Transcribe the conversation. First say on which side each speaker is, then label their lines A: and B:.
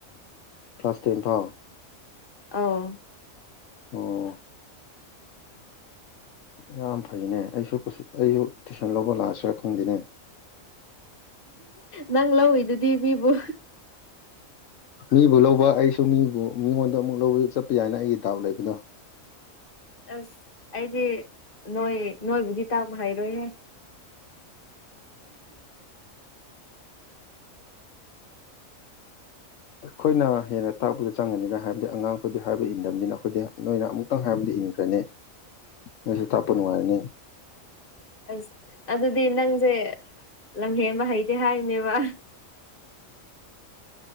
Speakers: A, on the left; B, on the left.
A: ꯀ꯭ꯂꯥꯁ ꯇꯦꯟ ꯐꯥꯎꯣ
B: ꯑꯥꯎ
A: ꯑꯣ ꯌꯥꯝ ꯐꯩꯅꯦ ꯑꯩꯁꯨ ꯀ ꯑꯩꯁꯨ ꯇꯨꯏꯁꯟ ꯂꯧꯕ ꯂꯥꯛꯑꯁꯤꯔꯥ ꯈꯪꯗꯦꯅꯦ
B: ꯅꯪ ꯂꯧꯏꯤꯗꯨꯗꯤ ꯃꯤꯕꯨ
A: ꯃꯤꯕꯨ ꯂꯧꯕ ꯑꯩꯁꯨ ꯃꯤꯕꯨ ꯃꯤꯉꯣꯟꯗ ꯑꯃꯨꯛꯧꯕ ꯆꯠꯄ ꯌꯥꯏꯅ ꯑꯩꯒꯤ ꯗꯥꯎꯠ ꯂꯩꯕꯗꯣ
B: ꯑꯁ ꯑꯩꯗꯤ ꯅꯣꯏ ꯅꯣꯏꯕꯨꯗꯤ ꯇꯥꯛꯄ ꯍꯥꯏꯩꯔꯣꯏꯍꯦ
A: ꯑꯩꯈꯣꯏꯅ ꯍꯦꯟꯅ ꯇꯥꯛꯄꯗ ꯆꯪꯉꯅꯤꯅ ꯍꯥꯏꯕꯗꯤ ꯑꯉꯥꯡꯈꯗꯤ ꯍꯥꯏꯕ ꯏꯟꯗꯕꯅꯤꯅ ꯑꯩꯈꯣꯏꯗꯤ ꯅꯣꯏꯅ ꯑꯃꯨꯛꯇꯪ ꯍꯥꯏꯕꯗꯤ ꯏꯉ ꯅꯤꯁꯨ ꯇꯥꯄ ꯅꯨꯡꯉꯥꯏꯔꯅꯤ
B: ꯑꯁ ꯑꯗꯨꯗꯤ ꯅꯪꯁꯦ ꯂꯝꯍꯦꯟꯕ ꯍꯩꯇꯦ ꯍꯥꯏꯔꯤꯅꯦꯕ